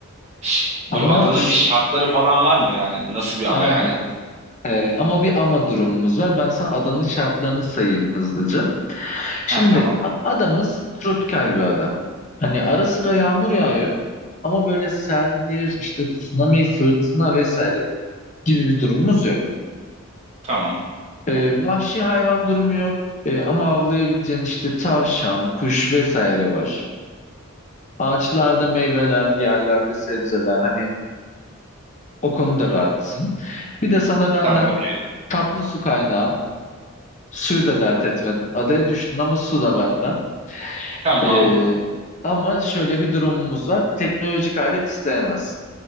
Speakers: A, on the right; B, on the left.
A: Ş- Böyle
B: ama
A: adanın
B: şş,
A: bir şartları falan var mı yani? Nasıl bir ada
B: aynen
A: yani?
B: E, ama bir ama durumumuz var. Ben sana adanın şartlarını sayayım hızlıca. Şimdi
A: Ha tamam.
B: a- adamız tropikal bir ada. Hani ara sıra yağmur yağıyor ama böyle seldir, işte tsunami, fırtına vesaire gibi bir durumumuz yok.
A: Tamam.
B: Ee, vahşi hayvan durumu yok Ee, ama avlayabileceğin işte tavşan, kuş vesaire var. Ağaçlarda meyveler, yerlerde sebzeler hani o konuda rahatsın. Bir de sana benden
A: Tamam okey.
B: tatlı su kaynağı, suyu da dert etme. Adaya düştün ama su da benden.
A: Tamam.
B: Ee, ama şöyle bir durumumuz var. Teknolojik alet isteyemez.